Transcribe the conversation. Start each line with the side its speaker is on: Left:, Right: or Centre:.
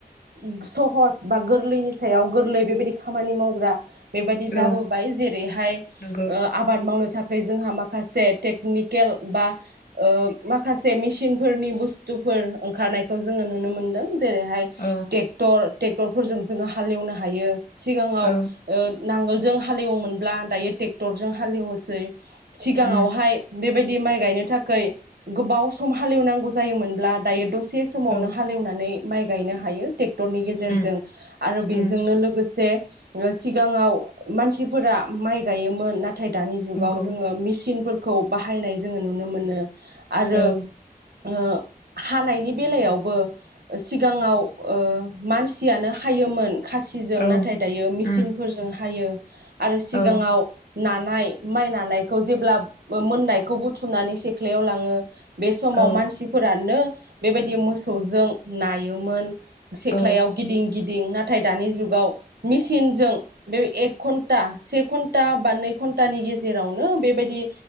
Right: उम सहस बा गोरलैनि सायाव गोरलै बेबायदि खामानि मावग्रा। बेबायाददि जाबोबाय
Left: औ
Right: जेरैहाय
Left: नंगौ
Right: ओ आबाद मावनो थाखै जोंहा माखासे टेकनिकेल बा ओ माखासे मेसिनफोरनि बुस्थुफोर ओंखारनायखौ जोङो नुनो मोनदों। जेरैहाय
Left: औ
Right: टर टेक्टर फोरजों जोंङो हालेवनो हायो। सिगाङाव
Left: औ
Right: ओ नांगोलजों हालेवोमोनब्ला दायो ट्रेक्टरजों हालेवोसै। सिगाङावहाय
Left: उम
Right: बेबायद दि माइ गायनो थाखोय गोबाव सम हालेवनांगौ जायोमोनब्ला दायो दस से समावनो
Left: औ
Right: हालेवनानै। माइ गायनो हायो। टरनि गेजेरजों
Left: उम
Right: आरो बेजोंनो
Left: उम
Right: लोगोसे ङो सिगाङाव। मानसिफोरा माइ गायोमोन नाथ थाय दानि जुगाव
Left: नंगौ
Right: जोङो मेसिनफोरख खौ बाहायनाय जोङो नुनो मोनो। आरो।
Left: औ
Right: ओ हानायनि बेलायावबो सिगाङाव। ओ मानसियानो हायोमोन। खासिजों
Left: औ
Right: नाथाय दायो मिसिनफोरजों
Left: उम
Right: हायो। आरो सिगाङाव।
Left: औ
Right: नानाय माइ नानायखौ जेब्ला बो मोननायखौ बुथुमनानै सेख्लायाव लाङो। बे समाव
Left: औ
Right: मानसिफोरानो। बेबायदि मोसौजों नायोमोन। सेख्लायाव
Left: औ
Right: गिदिं गिदिं ना थाय दानि जुगाव मेसिनजों बे एक घन्टा, से घन्टा बा नै घन्टानि गेजेरावनो बेबायदि